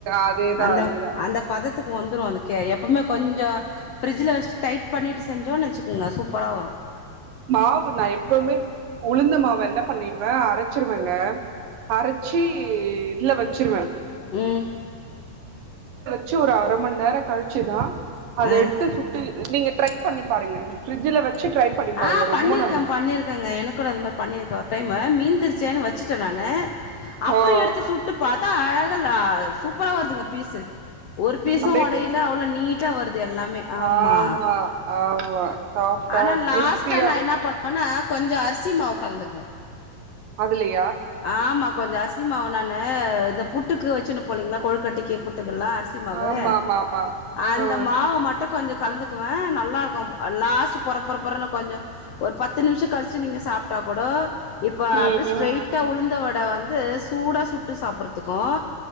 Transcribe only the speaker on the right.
அதேதா
அதேதா
மாவு நா எப்பவுமே உளுந்த மாவ என்ன பண்ணிடுவே அரைச்சுருவங்க அரைச்சி இதுல வச்சுருவேன்
வச்சு ஒரு அரை மண் நேரம் கழிச்சு வச்சுதான் அத
எடுத்து சுட்டு நீங்க ட்ரை பண்ணி பாருங்க பிரிட்ஜில வச்சு ட்ரை பண்ணி பாருங்க
ரொம்ப
நல்
ஓ
அப்டியே
ஆமா ஆமா சாஃப்டா
கிறிஸ்பியா
இருக்கு
அதுலயே
ஆமா ஆமா ஆமா
ஆ
ம்
ம்